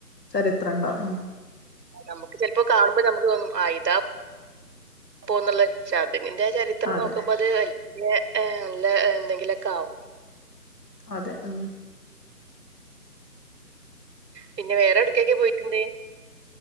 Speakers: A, on the left; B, on the right.
A: ചരിത്രിണ്ടാവും
B: നമുക്ക് ചെലപ്പോ കാണുമ്പോ നമുക്കോന്നും ആഹ് ഇതാ പ്പോന്നുള്ള ച അതുങ്ങിന്റെ ചരിത്രം
A: അതെ
B: നോക്കുമ്പത് വലിയ നല്ല എന്തെങ്കിലൊക്കെ ആവും
A: അതെ ഉം
B: പിന്നെ വേറെ എവ്ടെക്കെക്കെ പോയിട്ടിണ്ട്